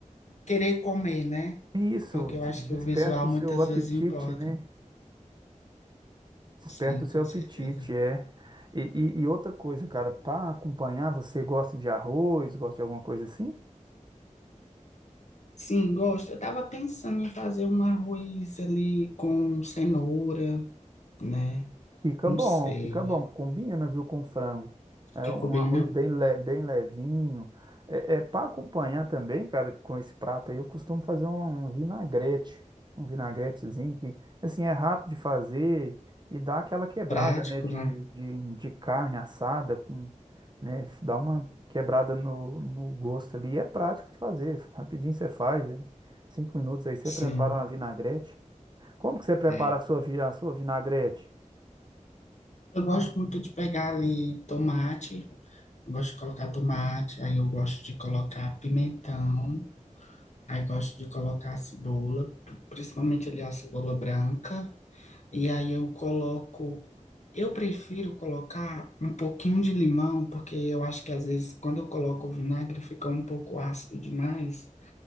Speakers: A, on the left; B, on the right.
A: querer comer, né?
B: isso
A: Porque eu
B: te
A: acho
B: desperta
A: que o visual
B: o
A: muitas
B: seu apetite,
A: vezes importa.
B: né? Desperta
A: Sim,
B: o seu
A: com
B: apetite,
A: certeza.
B: é. E, e, e outra coisa, cara, para acompanhar, você gosta de arroz, gosta de alguma coisa assim?
A: Sim, gosto. Eu estava pensando em fazer um arroz ali com cenoura, né?
B: Fica
A: Não
B: bom,
A: sei.
B: fica bom. Combina, viu, com frango. É
A: Ficou
B: um
A: bem,
B: arroz
A: né?
B: bem, le- bem levinho. É, é para acompanhar também, cara, com esse prato aí, eu costumo fazer um, um vinagrete. Um vinagretezinho que, assim, é rápido de fazer e dá aquela quebrada,
A: Prático,
B: né, de,
A: né?
B: de, de carne assada, com, né, dá uma quebrada no, no gosto ali. E é prático de fazer. Rapidinho você faz, hein? Cinco minutos aí você
A: Sim.
B: prepara uma vinagrete. Como que você prepara
A: É.
B: a sua, vi- a sua vinagrete?
A: Eu gosto muito de pegar ali tomate. Eu gosto de colocar tomate. Aí eu gosto de colocar pimentão. Aí gosto de colocar cebola, principalmente ali a cebola branca. E aí eu coloco, eu prefiro colocar um pouquinho de limão, porque eu acho que às vezes quando eu coloco o vinagre fica um pouco ácido demais.